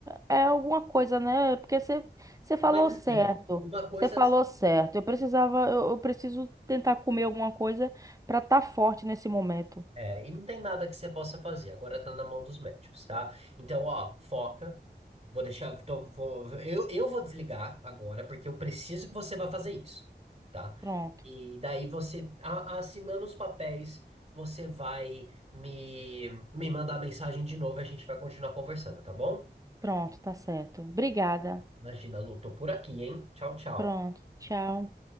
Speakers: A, on the right; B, on the right.
A: É alguma coisa, né? Porque você, você falou
B: Mas assim,
A: certo.
B: ó, uma coisa.
A: Você falou certo. Eu precisava, eu, eu preciso tentar comer alguma coisa pra estar forte nesse momento.
B: É, e não tem nada que você possa fazer, agora tá na mão dos médicos, tá? Então, ó, foca. Vou deixar. Tô, vou, eu, eu vou desligar agora, porque eu preciso que você vá fazer isso, tá?
A: Pronto,
B: E daí você, a- assinando os papéis, você vai me, me mandar mensagem de novo e a gente vai continuar conversando, tá bom?
A: pronto, tá certo. Obrigada.
B: Imagina, Lu, tô por aqui, hein? Tchau, tchau.
A: Pronto, tchau.